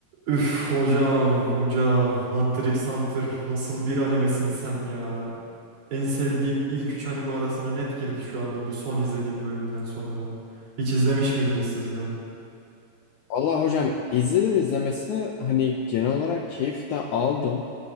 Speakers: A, on the right; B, on the left.
A: Üf hocam hocam Hunter x Hunter nasıl bir animesin sen ya. En sevdiğim ilk 3 anime arasına net girdi şu anda bu son izlediğim bölümden sonra. Hiç izlemiş miydiniz siz de?
B: Allah hocam izledim izlemesine hani genel olarak keyif de aldım.